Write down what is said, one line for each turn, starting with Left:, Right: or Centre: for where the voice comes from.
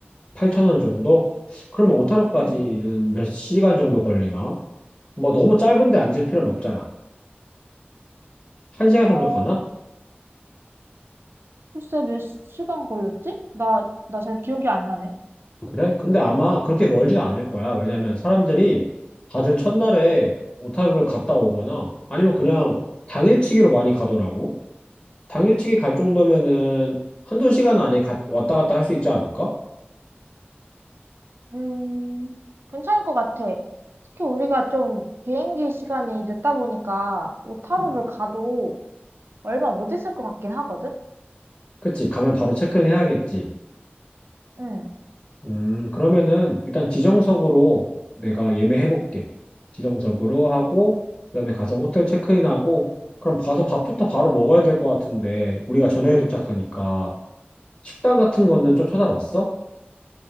Left: 8천원 정도? 그러면 오타로까지는
Right: 응.
Left: 몇 시간 정도 걸리나? 뭐 너무 짧은데 앉을 필요는 없잖아. 한시간
Right: 어,
Left: 정도 가나?
Right: 글쎄 몇 시간 걸렸지? 나, 나 잘 기억이 안 나네.
Left: 그래? 근데 아마 그렇게 멀진 않을 거야. 왜냐면 사람들이 다들 첫날에 오타로를 갔다 오거나 아니면 그냥 당일치기로 많이 가더라고. 당일치기 갈 정도면은 한두 시간 안에 갔- 왔다 갔다 할 수 있지 않을까?
Right: 음, 괜찮을 것 같아. 특히 우리가 좀 비행기 시간이 늦다 보니까 오타루를
Left: 음,
Right: 가도 얼마 못 있을 것 같긴 하거든?
Left: 그치, 가면 바로 체크인 해야겠지.
Right: 응,
Left: 음, 그러면은 일단 지정석으로 내가 예매해볼게. 지정석으로 하고, 그다음에 가서 호텔 체크인하고, 그럼 가서 밥부터 바로 먹어야 될 것 같은데, 우리가 저녁에 도착하니까. 식당 같은 거는
Right: 응.
Left: 좀 찾아봤어?